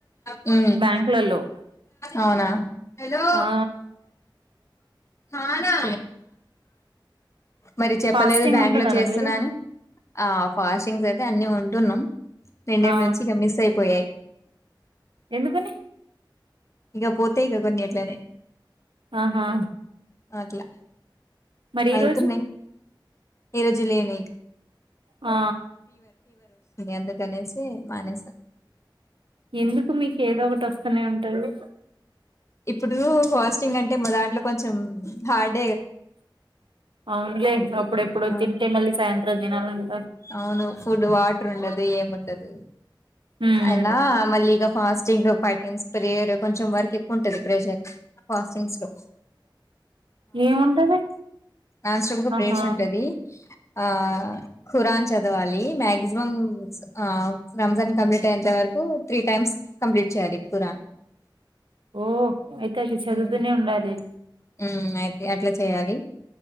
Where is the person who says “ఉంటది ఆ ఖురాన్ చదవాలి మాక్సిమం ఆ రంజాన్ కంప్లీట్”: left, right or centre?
Left